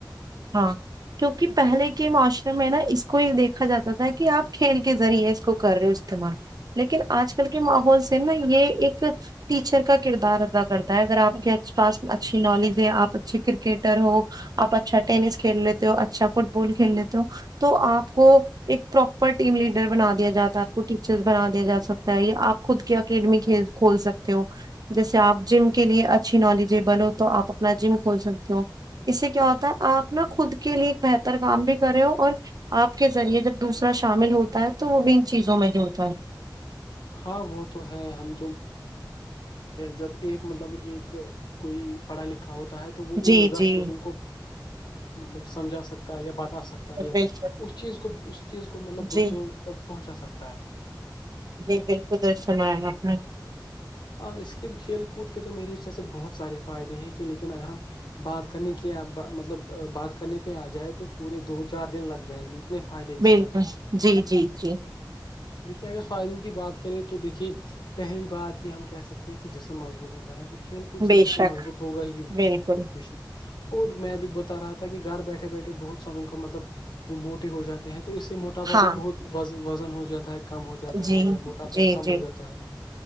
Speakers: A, on the right; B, on the left.
A: ہاں کیونکہ پہلے کے معاشرے میں نا اس کو یہ دیکھا جاتا تھا کہ آپ کھیل کے ذریعے اس کو کر رہے ہو استعمال لیکن آج کل کے ماحول سے نا یہ ایک ٹیچر کا کردار ادا کرتا ہے اگر آپ کے پاس اچھی نالج ہے آپ اچھے کرکٹر ہو آپ اچھا ٹینس کھیل لیتے ہو اچھا فٹ بال کھیل لیتے ہو تو آپ کو ایک پراپر ٹیم لیڈر بنا دیا جاتا ہے آپ کو ٹیچرس بنا دیا جا سکتا ہے آپ خود کے اکیڈمی کھیل کھول سکتے ہو جیسے آپ جم کے لیے اچھی نالیجبل ہو تو آپ اپنا جم کھول سکتے ہو اس سے کیا پتآ ہےآپ نا خود کے لیے ایک بہتر کام بھی کرے ہو اور آپ کے ذریعے جب دوسرا شامل ہوتا ہے تو وہ بھی چیزوں میں جوڑتا ہے
B: ہاں وہ تو ہے ہم تم جب ایک مطلب ایک کوئی پڑھا لکھا ہوتا ہے تو وہ
A: جی
B: اور
A: جی
B: دس لوگوں کو مطلب سمجھا سکتا ہے یا بات سکتا ہے یا
A: بالکل
B: اس چیز کو اس چیز کو مطلب دوسروں
A: جی
B: تک پہنچا سکتا ہے
A: جی بالکل درست فرمایا آپنے
B: ہ اس کے کھیل کود کے تو میرے حساب سے بہت سارے فائدے ہیں کہ لیکن اگر ہم بات کرنے کی مطلب بات کرنے پہ آ جائے تو پورے دو چار دن لگ جائیں گے اتنے فائدے اس
A: بالکل
B: کے
A: جی جی جی
B: دیکھیں گا فائدوں کی بات کریں تو دیکھیے پہلی بات یہ ہم کہہ سکتے ہیں کہ جسم مضبوط ہوتا ہے تو کھیل کچھ
A: بے
B: جسم
A: شک
B: مضبوط ہوگا ہی بھی
A: بالکل
B: بشہ اور میں بھی بتا رہا تھا کہ گھر بیٹھے بیٹھے بہت ساروں کا مطلب وہ موٹے ہو جاتے ہیں تو اس سے موٹے ٹاپ ا
A: ہاں
B: بھی بہت وز وزن ہو جاتا ہے کم ہو جات ہے ہے
A: جی
B: یا موٹاپا
A: جی
B: کم
A: جی
B: ہو جاتا ہے